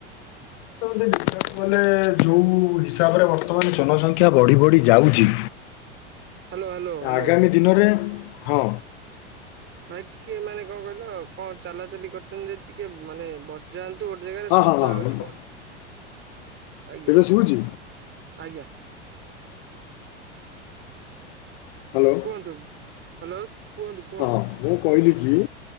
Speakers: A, on the left; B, on the right.
A: ସେମିତି ଦେଖିବାକୁ ଗଲେ ଯୋଉ ଇସ୍ ତାପରେ ବର୍ତ୍ତମାନ ଜନସଂଖ୍ୟା ବଢ଼ି ବଢ଼ି ଯାଉଚି।
B: Hello hello. ହ୍ୟାଲୋ
A: ଆଗାମୀ ଦିନରେ ହଁ
B: ଭାଇ ଟିକେ ମାନେ କଣ କହିଲ କଣ ଚଲାଚଲି କରୁଛନ୍ତି ଯଦି ଟିକେ ମାନେ ବସ୍ ଯାଆନ୍ତୁ ଗୋଟେ ଜାଗାରେ
A: ହଁ
B: ଶଦ୍ଦ
A: ହଁ ହଁ
B: ଆଉଛି ବହୁତ୍। ଆଜ୍ଞା,
A: ଏବେ ଶୁଭୁଛି
B: ଆଜ୍ଞା।
A: ହ୍ୟାଲୋ
B: କୁହନ୍ତୁ ହ୍ୟାଲୋ? କୁହନ୍ତୁ କୁହନ୍ତୁ
A: ହଁ ମୁଁ କହିଲିକି